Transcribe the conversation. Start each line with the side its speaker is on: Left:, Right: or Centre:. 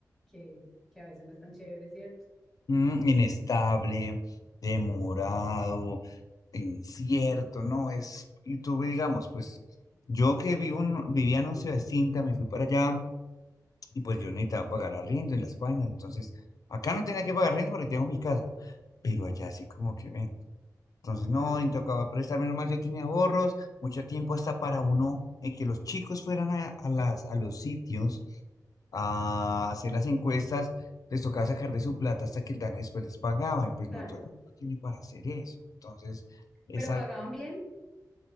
Centre: que, que a veces no es tan chévere, ¿cierto?
Left: Mm, inestable, demorado, incierto, ¿no? Es, y tú digamos, pues yo que vivo en- vivía en una ciudad distinta, me fui para allá y pues yo necesitaba pagar arriendo en la España, entonces acá no tenía que pagar arriendo porque tengo mi casa, pero allá sí como que... ven, Entonces,
Centre: Claro,
Left: no, y tocaba prestar, menos mal yo tenía ahorros, mucho tiempo hasta para uno, eh, que los chicos fueran a, a las, a los sitios a hacer las encuestas, les tocaba sacar de su plata hasta que el DANE después les pagaba, y pues
Centre: claro.
Left: no todo el mundo tiene para hacer eso. Entonces, es
Centre: Pero
Left: algo,
Centre: pagaban bien,